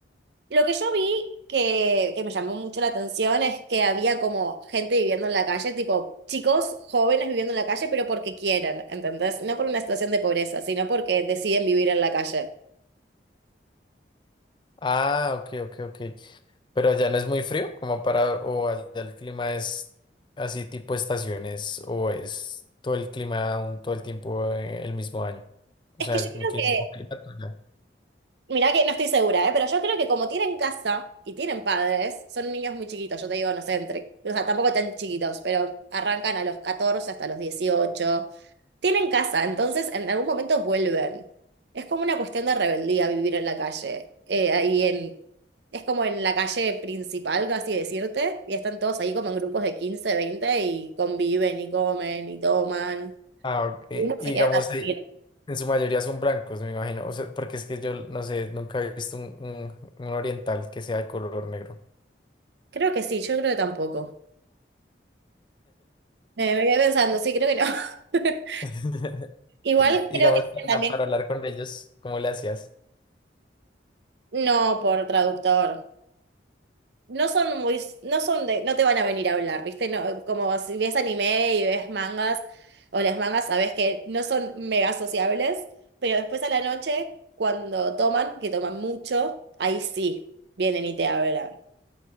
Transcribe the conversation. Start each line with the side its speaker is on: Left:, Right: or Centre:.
Right: Lo que yo vi que, que me llamó mucho la atención es que había como gente viviendo en la calle, tipo chicos jóvenes viviendo en la calle, pero porque quieren, ¿entendés? No por una situación de pobreza, sino porque deciden vivir en la calle.
Left: Ah, ok, ok, ok. Pero allá no es muy frío, como para, o allá el clima es así tipo estaciones, o es todo el clima un- todo el tiempo eh, el mismo año. O
Right: Es
Left: sea,
Right: que yo
Left: el
Right: creo
Left: mismo
Right: que,
Left: clima. todo el año.
Right: mirá que no estoy segura, ¿eh? Pero yo creo que como tienen casa y tienen padres, son niños muy chiquitos, yo te digo, no sé, entre, o sea, tampoco tan chiquitos, pero arrancan a los 14 hasta los dieciocho Tienen casa, entonces en algún momento vuelven. Es como una cuestión de rebeldía vivir en la calle. Eh, ahí en, es como en la calle principal, casi decirte, y están todos ahí como en grupos de 15, 20 y conviven y comen y toman.
Left: Ah, ok. Y
Right: Y uno se
Left: digamos,
Right: queda a dormir.
Left: ahí, en su mayoría son blancos, me imagino. O sea, porque es que yo no sé, nunca he visto un, un- un oriental que sea de color negro.
Right: Creo que sí, yo creo que tampoco. Me, me quedé pensando, sí, creo que no. <laughs>
Left: <laughs>
Right: Igual
Left: Digamos,
Right: creo que
Left: para,
Right: también,
Left: para hablar con ellos, ¿cómo le hacías?
Right: no por traductor. no son muy, no son de, no te van a venir a hablar, ¿viste? No, como si ves anime y ves mangas, o las mangas sabes que no son mega sociables, pero después a la noche, cuando toman, que toman mucho, ahí sí vienen y te hablan.